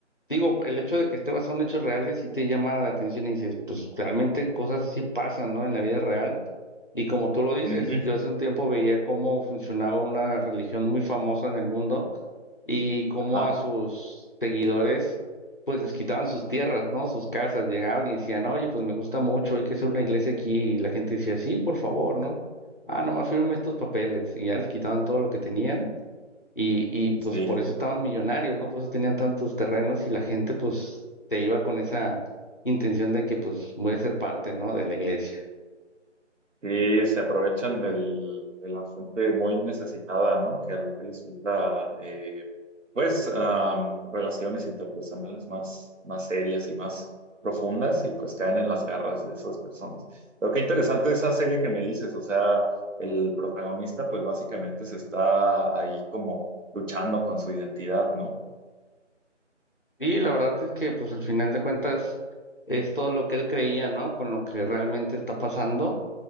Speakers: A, on the left; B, on the right.
A: digo, el hecho de que esté basado en hechos reales sí te llama la atención y dices, pues realmente cosas así pasan, ¿no? En la vida real. Y como tú lo dices,
B: Ujú,
A: yo hace un tiempo veía cómo funcionaba una religión muy famosa en el mundo y cómo
B: Ajá.
A: a sus seguidores pues les quitaban sus tierras, ¿no? Sus casas, llegaban y decían, oye, pues me gusta mucho, hay que hacer una iglesia aquí, y la gente decía, sí, por favor, ¿no? Ah, nomás firme estos papeles, y ya les quitaban todo lo que tenían, y, y pues
B: Sí,
A: por eso estaban millonarios, ¿no? Por eso tenían tantos terrenos, y la gente pues se iba con esa intención de que pues voy a ser parte, ¿no? De la iglesia.
B: sí, se aprovechan del, de la gente muy necesitada, ¿no? Que a lo que les gusta, eh, pues, am, relaciones interpersonales más, más serias y más profundas y pues caen en las garras de esas personas. Lo que interesante de esa serie que me dices, o sea, el protagonista pues básicamente se está ahí como luchando con su identidad, ¿no?
A: Y la verdad es que pues al final de cuentas es todo lo que él creía, ¿no? Con lo que realmente está pasando